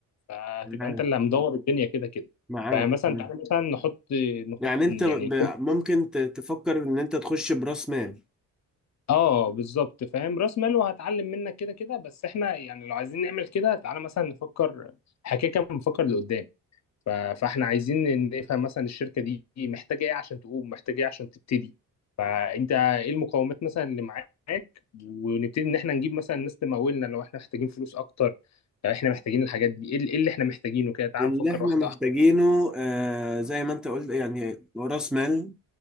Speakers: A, on the left; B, in the centre.
A: فهتبقى
B: معاك
A: انت اللي مدور الدنيا كده كده
B: معاك
A: فمثلا
B: تمام.
A: تعالى مثلا نحط نحط
B: يعني انت
A: يعني
B: ب... ممكن ت... تفكر ان انت تخش براس مال
A: اه بالظبط فاهم راس مال وهتعلم منك كده كده بس احنا يعني لو عايزين نعمل كده تعالى مثلا نفكر حكايه كده كده بنفكر لقدام ف- فاحنا عايزين نفهم مثلا الشركه دي محتاجه ايه عشان تقوم محتاجه ايه عشان تبتدي فانت ايه المقومات مثلا اللي معاك ونبتدي ان احنا نجيب مثلا ناس تمولنا لو احنا محتاجين فلوس اكتر لو احنا محتاجين الحاجات دي ايه اللي إيه اللي احنا محتاجينه كده تعال
B: اللي
A: نفكر
B: احنا
A: واحده
B: محتاجينه
A: واحده
B: آه زي ما انت قلت يعني راس مال